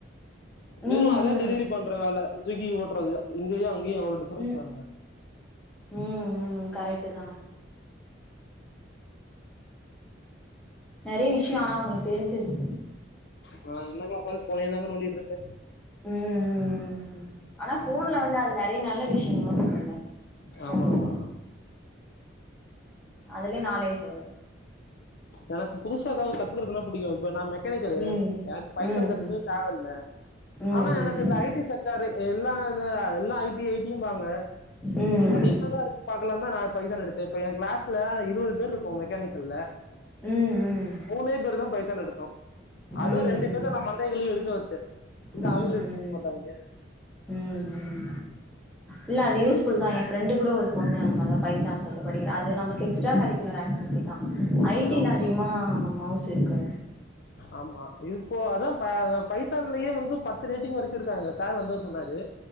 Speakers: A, on the left (about 55°); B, in the centre.
A: வெறு
B: ம்
A: அதே
B: ம்
A: டெலிவிரி பண்ற வேல ச ஸ்விகி ஓட்றது இங்கயு அங்கயு எவளோ டிஃபரென்ஸ்
B: ம் ம்
A: பாருங்க
B: ம் கரெக்ட்டு தா நெறய விஷயொ ஆனா உங்களுக்கு தெரிஞ்சிருக்
A: நா என்னக்கா உட்காந்து ஃபோனாதாக்கா நோண்டிட்டு இருப்பே
B: ம் ம் ம் ஆனா ஃபோன்ல வந்து அது நெறைய <inaudible> ஃபோன்ல
A: ஆமா ஆமா
B: அதுலயு நாலேஜ் வரு
A: எனக்கு புதுசா எதாவது கத்துக்கறதுனா பிடிக்கு இப்ப நா மெக்கனிக்கலு
B: ம்
A: எனக்கு பைத்தான்
B: ம்
A: கத்துக்கனுன் தேவ இல்ல
B: ம் ம்
A: ஆனா எனக்கு இந்த ஐ டி செக்டாரு இல்லாதத எல்லா ஐ டி ஐ டி ம்பாங்க
B: ம்
A: அது என்னதான் இருக்குன் பாக்கலானுதா நா பைத்தான் எடுத்த இப்ப எ கிளாஸ்ல இருவது பேர் இருக்கோ மெக்கானிக்கல்ல
B: ம் ம்
A: மூணே பேருதா பைத்தான் எடுத்தோ அது
B: ம்
A: ரெண்டு பேர்த்த நா மண்டைய கழுவி எடுக்க வெச் ச இல்ல
B: ம்
A: அவுங்களு எடுத்துருக்க மாட்டாய்ங்க
B: ம் ம் இல்ல அது யூஸ்ஃபுல்தா எ ஃப்ரெண்டு கூட ஒரு பொண்ணு அந்த பைதான்னு சொல்லி படிக்குறா அது நம்மளுக்கு எஸ்ட்ரா கரிக்குலர் ஆக்ட் அப்டிதா ஐடில
A: ஆமா
B: அதிகமா மவ்ஸ் <unintelligible>
A: ஆமா இப்போ அதான் பைத்தான்லயே வந்து பத்து ரேட்டிங் வரைக்கு இருக்காங்க சார் வந்தவறு சொன்னாரு